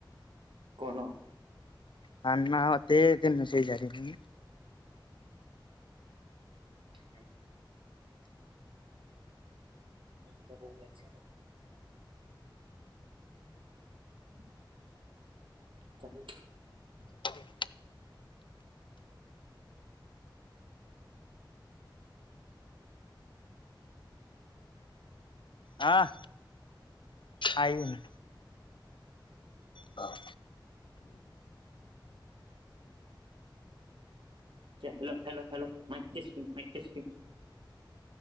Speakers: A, on the right (about 85°); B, on the left (about 75°).
A: કોણ
B: ના ના તે તનું છેઈ જારી ન
A: હ મરજ બહુ લઈ કરી ચ
B: ચ હા આઈને હા
A: હલોલોલોલોટે